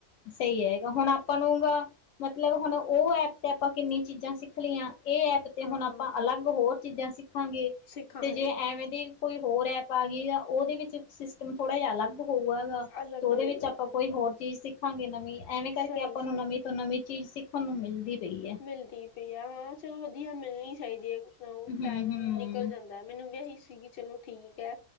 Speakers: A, on the left; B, on the left.
A: ਸਹੀ ਹੈਗਾ। ਹੁਣ ਆਪ ਬਣੂੰਗਾ। ਮਤਲਬ ਹੁਣ ਉਹ ਐਪ ਤੇ ਆਪਾਂ ਕਿੰਨੀ ਚੀਜ਼ਾਂ ਸਿੱਖ ਲਈਆਂ। ਇਹ ਐਪ ਤੇ
B: ਹਾਂ
A: ਹੁਨ ਆਪਾਂ ਅਲੱਗ ਹੋਰ ਚੀਜ਼ਾਂ ਸਿੱਖ ਦੇਖਾਂਗੇ।
B: ਸਿੱਖਾਂਗੇ
A: ਤੇ ਜੇ ਐਵੇਂ ਦੀ ਕੋਈ ਹੋਰ ਐਪ ਆ ਗਈ ਆ। ਉਹਦੇ ਵਿੱਚ ਸਿਸਟਮ ਥੋੜਾ ਜਾਂ ਅਲੱਗ ਹੋਉਆਗਾ
B: ਅਲੱਗ
A: ਤੋ ਔਦੇ
B: ਹੋਏਗਾ
A: ਵਿੱਚ ਆਪਾਂ ਕੋਈ ਹੋਰ ਚੀਜ ਸਿੱਖਾਂਗੇ ਨਵੀਂ। ਐਮੈਂ ਕਰਕੇ
B: ਸਹੀ
A: ਆਪਾਂ ਨੂੰ
B: ਸਹੀ
A: ਨਵੀਂ ਤੋਂ ਨਵੀਂ ਚੀਜ਼ ਸਿੱਖਣ ਨੂੰ ਮਿਲਦੀ। ਪਈ ਹੈ
B: ਮਿਲਦੀ ਪਈ ਆ, ਹਾਂ ਚਲੋ ਵਧੀਆ ਮਿਲੇ ਨੀ ਚਾਈਦੀ ਐ। ਓਹ
A: ਹੂੰ-ਹੂੰ,
B: ਟਾਈਮ ਨਿਕਲ ਜਾਂਦੈ। ਮੈਨੂੰ ਵੀ ਐਹੀ ਸ ਸੀਗੀ ਚਲੋ ਠੀਕ ਐ।